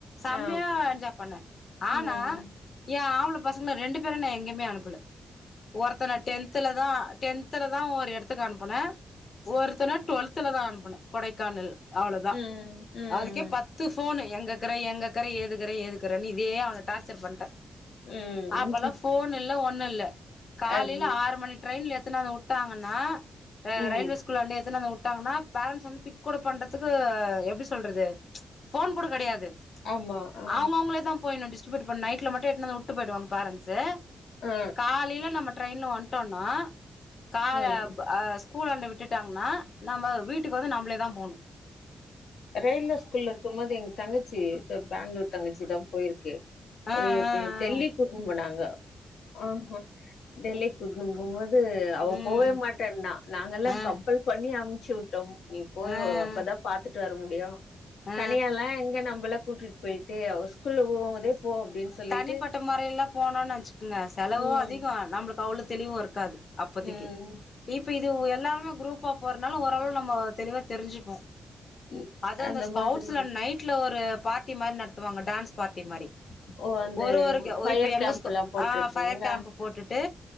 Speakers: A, on the left; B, on the left.
A: செம்மையா
B: ஆ
A: என்ஜாய் பண்ணே
B: ம்
A: ஆனா ஏ ஆம்பள பசங்கள ரெண்டு பேரு நா எங்கயமே அனுப்பல ஒருத்தனை டென்துல தா டென்துல தா ஒரு எடத்துக்கு அனுப்புனே ஒருத்தனை டுவல்த்தல தா அனுப்புனே கொடைக்கானல் அவ்வளவுதா
B: ம், ம்,
A: அதுக்கே பத் து ஃபோனு எங்கே இருக்கற எங்கேக்கற ஏதுக்கிற ஏதுக்குறேன்னு இதே அவனை டார்ச்சர் பண்ட்டே
B: ம்.
A: அப்பல்லா ஃபோன் இல்ல ஒண்ணு இல்ல காலையில
B: அது
A: ஆறு மணி ட்ரெயினில எத்துனாந்து வுட்டாங்கன்னா அ
B: ம்.
A: ரயில்வே ஸ்கூல்லாண்ட எத்தனாந்து வுட்டாங்கன்னா பேரண்ட்ஸ் வந்து பிக்கூட பண்றதுக்கு எப்டி சொல்றது ஃபோன் கூட கெடையாது
B: ஆமா ஆ,
A: அவங்க அவங்களே தா போயிடணு டிஸ்ட்ரிபூ பண்ண நைட்ல மட்டு எடுத்துனந்து வுட்டு போயிடுவங்க பேரன்ட்ஸு
B: ஆ,
A: காலையில நம்ம ட்ரெயின்ல வந்ட்டோனா கா
B: ம்.
A: அ கூலாண்ட விட்டுட்டாங்கன்னா நம்ம வீட்டுக்கு வந்து நம்பளே தா போகணு
B: ரயில்வே ஸ்கூல்ல இருக்கும் போது எங்க தங்கச்சி த பெங்களூர் தங்கச்சி தா போயிருக்கு
A: ஆ ஆ
B: ஒரு
A: ஆ
B: டெல்லி கூட்டும் போனாங்க ஆ டெல்லி கூட்டுணு போகும்போது அவ
A: ம்
B: போவே மாட்டேனா நாங்க எல்லாம்
A: ஆ
B: கம்பல் பண்ணி அமுச்சு ட்டோம்இப்போய்
A: ஆ
B: அப்பதான் பாத்துட்டு வர முடியும்
A: ஆ
B: தனியால்லாம் எங்க நம்மள கூட்டிட்டு போயிட்டு அவ ஸ்கூல்ல போம் போதே போ அப்டின்னு சொல்லிட்டு
A: தனிப்பட்ட முறைய எல்லாம் போணும்னு நினைச்சுக்கோங்க செலவும்
B: ம்,
A: அதிகம் நம்மளுக்கு அவ்வளவு தெளிவும் இருக்காது அப்போதக்கு
B: ம்.
A: இப்ப இது எல்லாருமே குரூப் ஆப் போறநாள ஓரளவு நம்ம தெளிவா தெரிஞ்சுப்போம்
B: ம்
A: அது அந்த ஸ்கவுட்ஸ்ல
B: மாதிரி
A: நைட் வீட்ல ஒரு பார்டி மாதிரி நடத்துவாங்க டான்ஸ் பார்டி மாரி
B: ஓ அந்த
A: ஒரு ஒருக்கு
B: ஃபயர்
A: இப்ப எங்கஸ
B: கேம்ப் எல்லா போட்ருக்குங்களா
A: ஆ பஃயர் கேம்ப் போட்டுட்டு